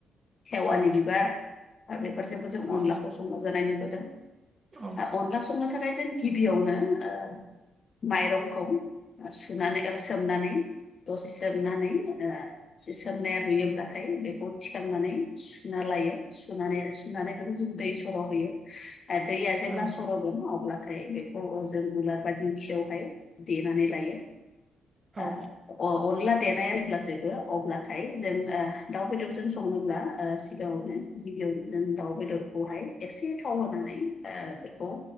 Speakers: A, on the left; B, on the right.
A: खेवालि
B: औ
A: बिबार दा बेफोरजोंबो जों
B: औ
A: अनलाखौ संना जानाय नुबोदों दा
B: औ
A: अनला संनो थाखाय जों गिबियावनो ओ माइरंखौ सुनानै ओ सोमनानै दसे सोमनानै ओ सोमनाया रुयोब्लाथाय बेखौ थिखांनानै सुना लायो सुनानै सुनानै बेखौ जों दै स- सर'हयो ओ दैया जेब्ला
B: औ
A: सर'गोन अब्लाथाय बे खौ ओ जों उलार बा दिंखियावहाय देनानै लायो। अनला
B: औ
A: देनाया जेब्ला जोबो अब्लाथाय जों ओ दाउ बेदरजों सङोब्ला ओ सिगाङावनो गिबियाव जों दाउ बेदरखौहाय एसे थाव होनानै ओ बेखौ